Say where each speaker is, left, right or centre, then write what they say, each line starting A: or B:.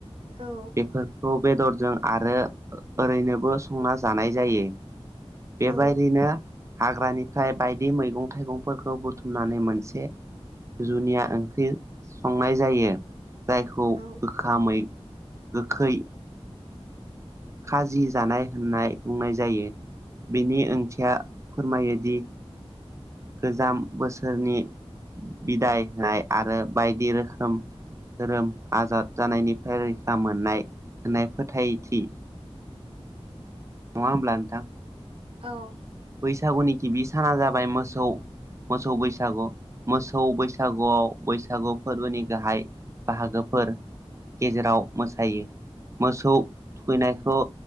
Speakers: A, on the right; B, on the right.
A: औ
B: बेफोरखौ बेदरजों आरो ओरैनोबो संना जानाय जायो बेबायदिनो
A: औ
B: हाग्रानिफ्राय बायदि मैगं थाइगंफोरखौ बुथुमनानै मोनसे जुनिया ओंख्रि संनाय जायो जायखौ
A: औ
B: गोखामै गोखै खाजि जानाय होननाय बुंनाय जायो बेनि ओंथिया फोरमायोदि गोजाम बोसोरनि बिदाय होनाय आरो बायदि रोखोम धोरोम आजाद जानायनिफ्राय रैखा मोननाय होननाय फोथायथि नङा होमब्ला नोंथां
A: औ
B: बैसागुनि गिबि साना जाबाय मोसौ मोसौ बैसागु मोसौ बैसागुआव बैसागु फोरबोनि गाहाय बाहागोफोर गेजेराव मोसायो मोसौ थुखैनायखौ